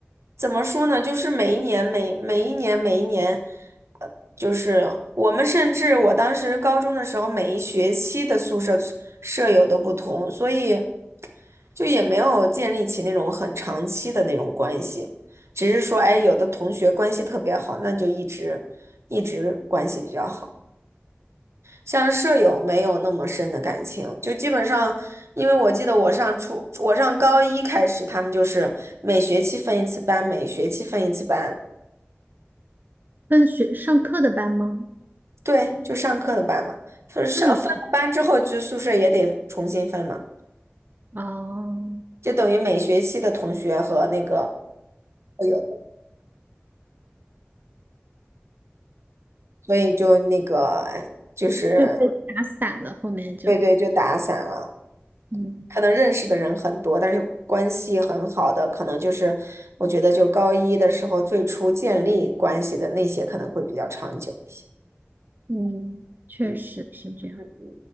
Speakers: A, on the right (about 80°); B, on the right (about 45°).
A: 怎么说呢，就是每一年每每一年每一年，呃，就是我们甚至我当时高中的时候，每一学期的宿舍舍友都不同，所以就也没有建立起那种很长期的那种关系，只是说，哎，有的同学关系特别好，那就一直一直关系比较好。像舍友没有那么深的感情，就基本上，因为我记得我上初，我上高一开始，他们就是每学期分一次班，每学期分一次班，
B: 跟学上课的班吗？
A: 对，就上课的班嘛，就是上分了班之后，
B: 那么，
A: 就宿舍也得重新分嘛，
B: 哦，
A: 就等于每学期的同学和那个舍友，所以就那个哎就是
B: 就被打散了，后面就。
A: 对对，就打散了。
B: 嗯
A: 可能认识的人很多，但是关系很好的，可能就是我觉得就高一的时候最初建立关系的那些，可能会比较长久一些。
B: 嗯，确实是这样。
A: 嗯嗯，